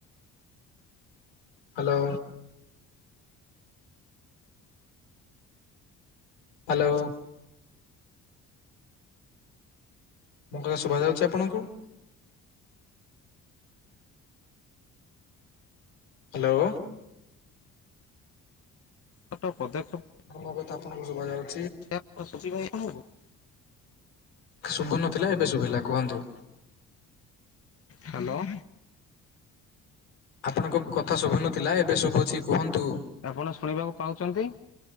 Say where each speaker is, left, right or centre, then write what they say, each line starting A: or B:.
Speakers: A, on the left; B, on the left.
A: ହ୍ୟାଲୋ। ହ୍ୟାଲୋ। ମୋ କଥା ଶୁଭାଯାଉଛି ଆପଣଙ୍କୁ? ହ୍ୟାଲୋ।
B: ଛୋଟ ପଦକ୍ଷେପ
A: ମୋ କଥା ଆପଣଙ୍କୁ ସୁଭାଯାଉ
B: <unintelligible>
A: ଶୁଭୁ ନଥିଲା ଏବେ ଶୁଭିଲା କୁହନ୍ତୁ।
B: ହ୍ୟାଲୋ।
A: ଆପଣଙ୍କ କଥା ଶୁଭୁ ନଥିଲା ଏବେ ଶୁଭୁଛି କୁହନ୍ତୁ।
B: ଆପଣ ଶୁଣିବାକୁ ପାଉଛନ୍ତି?